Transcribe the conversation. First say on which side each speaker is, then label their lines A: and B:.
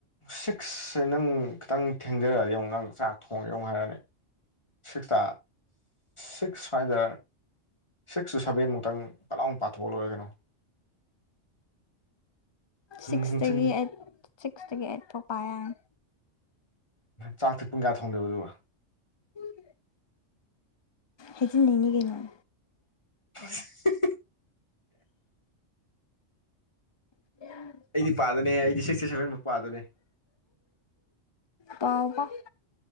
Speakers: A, on the left; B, on the left.
A: ꯁꯤꯛꯁꯁꯦ ꯅꯪ ꯈꯤꯇꯪ ꯊꯦꯡꯖꯔꯛꯑꯗꯤ ꯑꯃꯨꯛ ꯅꯪ ꯆꯥꯛ ꯊꯣꯡꯒꯅ ꯍꯥꯏꯔꯅꯤ ꯁꯤꯛꯁꯇ ꯁꯤꯛꯁ ꯁ꯭ꯋꯥꯏꯗ ꯁꯤꯛꯁ ꯇꯨ ꯁꯚꯦꯟꯃꯨꯛꯇꯪ ꯄꯂꯥꯎ ꯄꯥꯊꯣꯛꯑ ꯂꯣꯏꯔꯦ ꯀꯩꯅꯣ
B: ꯁꯤꯛꯁꯇꯒꯤ
A: ꯅꯨꯡꯊꯤꯟ
B: ꯑꯩꯠ ꯁꯤꯛꯁꯇꯒꯤ ꯑꯩꯠ ꯐꯥꯎ ꯄꯥ ꯌꯥꯅꯤ
A: ꯆꯥꯛꯇ ꯄꯨꯡ ꯀꯌꯥ ꯊꯣꯡꯗꯣꯏꯕ ꯑꯗꯨꯒ
B: <unintelligible> ꯍꯥꯏꯖꯟ ꯅꯩꯅꯤ ꯀꯩꯅꫭ
A: <unintelligible>
B: <unintelligible>
A: ꯑꯩꯗꯤ ꯄꯥꯗꯅꯦ ꯑꯩꯗꯤ ꯁꯤꯛꯁꯇꯤ ꯁꯕꯦꯟꯃꯥꯎꯛ ꯄꯥꯗꯅꯦ
B: ꯄꯥꯎ ꯄꯥꯎ